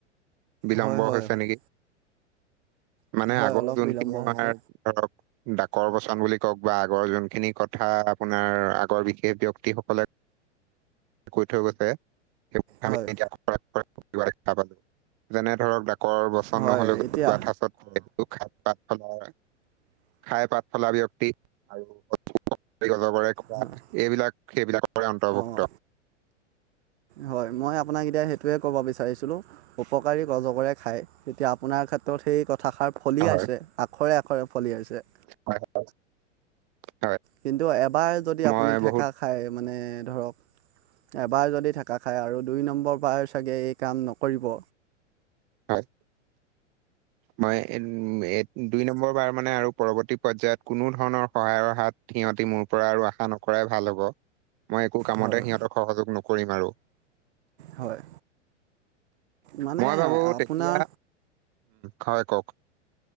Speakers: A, on the right (about 40°); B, on the right (about 65°).
A: বিলম্ব
B: হয় হয়
A: হৈছ
B: হয়
A: নেকি। মানে
B: হয়
A: আগৰ
B: অলপ
A: যোনখিনি
B: বিলম্ব
A: আমাৰ
B: হৈছে
A: ধৰক ডাকৰ বচন বুলি কওক বা আগৰ যোনখিনি কথা আপোনাৰ আগৰ বিশেষ ব্যক্তিসকলে কৈ থৈ গৈছে সেই আমি
B: হয়
A: এতিয়া <unintelligible> যেনে ধৰক ডাকৰ বচন
B: হয়
A: নহলেও জতুৱা
B: এতিয়া
A: ঠাঁচত খ পাত ফলাৰ খাই পাত ফলা ব্যক্তি <unintelligible> অজগৰে খোৱা
B: হয়
A: এইবিলাক সেইবিলাকৰে অন্তৰ্ভুক্ত।
B: অঁ হয় মই আপোনাক এতিয়া সেইটোৱে ক'ব বিচাৰিছিলোঁ, উপকাৰীক অজগৰে খায়। এতিয়া আপোনাৰ ক্ষেত্ৰত সেই কথাষাৰ ফলিয়াইছে।
A: হয়,
B: আখৰে আখৰে ফলিয়াইছে।
A: <unintelligible>
B: কিন্তু এবাৰ যদি
A: মই
B: আপুনি ঠেকা
A: বহুত
B: খায় মানে ধৰক, এবাৰ যদি ঠেকা খায় আৰু দুই নম্বৰ বাৰ চাগে এই কাম নকৰিব।
A: হয়। মই উম এ দুই নম্বৰ বাৰ মানে আৰু পৰৱৰ্তী পৰ্যয়ায়ত কোনো ধৰণৰ সহায়ৰ হাত সিহঁতি মোৰ পৰা আৰু আশা নকৰাই ভাল হব। মই একো কামতে
B: হয়
A: সিহঁতক সহযোগ নকৰিম আৰু।
B: হয়। মানে
A: মই ভাবোঁ
B: আপোনাৰ
A: তেতিয়া, হয় কওঁক?